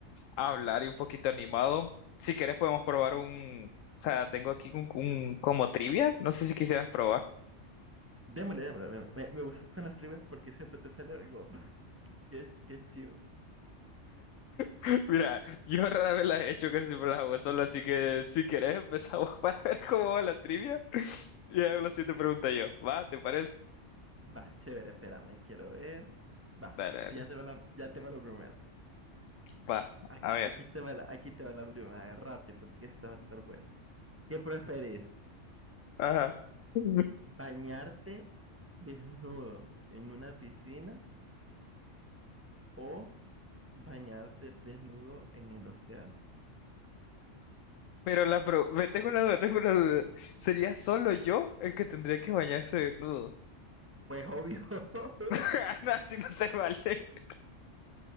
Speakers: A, on the left (about 85°); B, on the right (about 15°).
A: hablar y un poquito animado. Si quieres podemos probar un, o sea, tengo aquí un, un- como trivia, no sé si quisieras probar.
B: Démosle, démosle, me, me- me gustan las trivias porque siempre te sale algo <laughs> que, que, que es chivo.
A: <laughs> Mira, yo rara vez las he hecho, casi siempre las hago solo, así que si quieres empezamos <laughs> para ver cómo va la trivia. Ya, la siguiente pregunta yo. ¿Va? ¿Te parece?
B: Va, chévere, espérame, quiero ver. Va,
A: Dale, dale.
B: ya tengo la, ya tengo la primera.
A: Va.
B: Ac-
A: A ver.
B: Aquí te va la, aquí te va la primera, rápido porque esta va a estar buena. ¿Qué preferís?
A: Ajá. Ujú.
B: bañarte desnudo en una piscina o bañarte desnudo en el océano.
A: Pero la pro... ve, Tengo una duda, tengo una duda. ¿Sería solo yo el que tendría que bañarse desnudo?
B: Pues obvio, <laughs>
A: <laughs> No, así no se vale. <laughs>